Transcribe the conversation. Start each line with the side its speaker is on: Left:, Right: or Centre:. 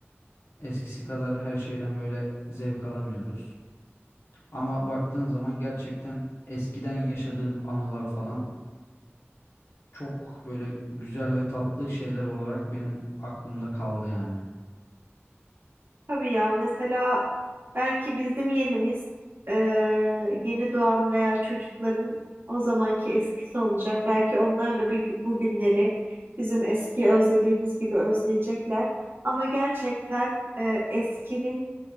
Left: Eskisi kadar her şeyden böyle zevk alamıyoruz. Ama baktığın zaman gerçekten eskiden yaşadığım anılar falan çok böyle güzel ve tatlı şeyler olarak benim aklımda kaldı yani.
Right: Tabii ya mesela belki bizim yenimiz e, yeni doğan veya çocukların o zamanki eskisi olacak. Belki onlar da bir, bu günleri bizim eski özlediğimiz gibi özleyecekler. Ama gerçekten e, eskinin